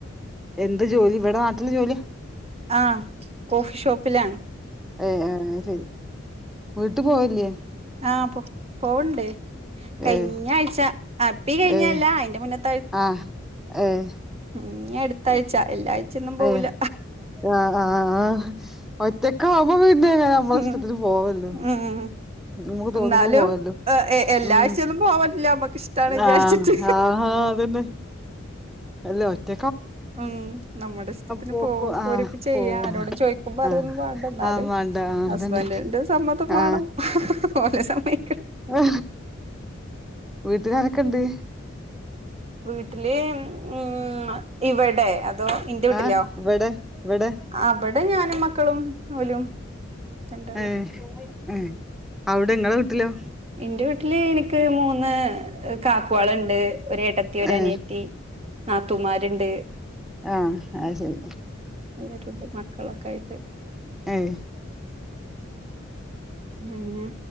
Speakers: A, in the centre; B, on the right.
A: എന്ത് ജോലി ഇവിടെ നാട്ടില് ജോലിയാ
B: ആ കോഫി ഷോപ്പിലാണ്
A: ഏയ് ഏ ശരി വീട്ട് പോയില്ലേ
B: ആഹ പോ പോവുണ്ട് കഴിഞ്ഞ
A: ഏഹ്
B: ആഴ്ച ഈ കഴിഞ്ഞല്ല
A: ഏഹ്
B: അയിന്റെ മുന്നത്തെ
A: ആഹ് ഏഹ്
B: ഇഞ്ഞ് അടുത്താഴ്ച എല്ലാഴ്ചൊന്നും പോവൂല
A: ഏഹ് ആഹ് ആഹ് ഒറ്റക്കാവുമ്പോ പിന്നെ നമ്മളെ
B: ഉം
A: ഇഷ്ടത്തിന് പോവല്ലോ
B: ഉം
A: നമുക്ക് തോന്നുമ്പോ
B: എന്നാലും
A: പോവാല്ലോ
B: എ എല്ലാ
A: ഉം
B: ആഴ്ചയൊന്നും പോവാൻ പറ്റില്ല നമ്മക്ക് ഇഷ്ടാണ് വിചാരിച്ചിട്ട്
A: ആഹ് ആ അതന്നെ അല്ല ഒറ്റ
B: ഉം നമ്മുടെ ഇഷ്ടത്തിന്
A: പോക്കും
B: പോവും
A: ആ
B: പോരും ഒക്കെ ചെയ്യാ
A: പോവാ
B: ആരോടും ചോദിക്കും പറയൊന്നും
A: ആ
B: വേണ്ട ന്നാലും
A: ആ മാണ്ട
B: ലും
A: ആ അതന്നെ
B: ഹസ്ബൻഡന്റെ സമ്മതം
A: ആ
B: വേണം ഓല് സമ്മയിക്കണം
A: ആ വീട്ടുകാരൊക്കെ ഇണ്ട്
B: വീട്ടില് ഉം ഇവിടെ അതോ ഇന്റെ വീട്ടിലോ
A: ആ ഇവിടെ ഇവിടെ
B: അവിടെ ഞാനും മക്കളും ഓലും രണ്ടാളും
A: ഏഹ് ഏ അവിടെ നിങ്ങളെ വീട്ടിലോ
B: ഇന്റെ വീട്ടില് എനിക്ക് മൂന്ന് കാക്കുവാളുണ്ട് ഒരു ഏട്ടത്തി ഒരു
A: ഏ
B: അനിയത്തി നാത്തൂന്മാരുണ്ട്
A: ആഹ് അയ് ശരി
B: <unintelligible> മക്കളൊക്കെ ആയിട്ട്
A: ഏഹ്
B: പിന്നെ